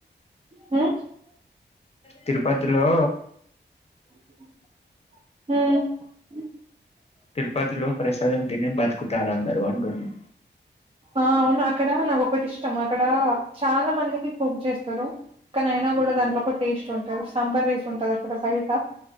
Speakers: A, on the right; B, on the left.
A: హ్మ్
B: తిరుపతిలో
A: హు
B: తిరుపతిలో ప్రసాదం తినే బతుకుతారు అందరూ అంటున్న
A: ఆ అవును అక్కడ నాకొటి ఇష్టం అక్కడ చాలా మందికి కుక్ చేేస్తరు కానీ ఐనా
B: ఉమ్.
A: కూడా దానిలో ఒక టేస్ట్ ఉంటుంది సాంబార్ రైస్ ఉంటది అక్కడ బయట